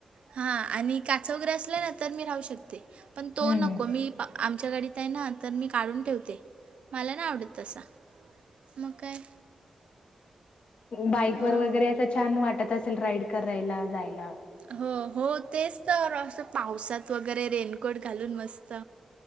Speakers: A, on the right; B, on the left.
A: हां आणि काच वगैरे असल्याना, तर मी राहू शकते, पण तो
B: हं.
A: नको मी प आमच्या गाडीत आहे ना, तर मी काढून ठेवते, मला ना आवडत तसा. मग काय.
B: बाईक वर
A: मग
B: वगैरे असं छान वाटत असेल, राईड करायला, जायला?
A: हो हो तेच तर असं पावसात वगैरे रेनकोट घालून मस्त.